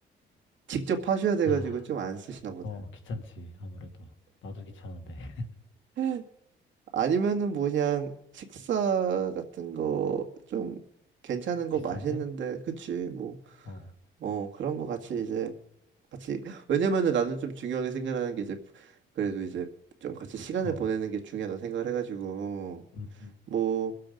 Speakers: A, on the right; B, on the left.
A: 직접 하셔야 돼가지고
B: 아,
A: 좀 안 쓰시나 보다.
B: 어, 귀찮지, 아무래도. 나도 귀찮은데. <laughs>
A: <laughs> 아니면은 뭐 그냥 식사 같은 거 좀 괜찮은 거
B: 비싼데?
A: 맛있는데 그치 뭐
B: 어,
A: 어 그런 거 같이 이제 같이 <laughs> 왜냐면은 나는 좀 중요하게 생각하는 게 이제 그래도 이제 좀 같이 시간을
B: 어.
A: 보내는 게 중요하다 생각을 해가지고
B: 음, 음.
A: 뭐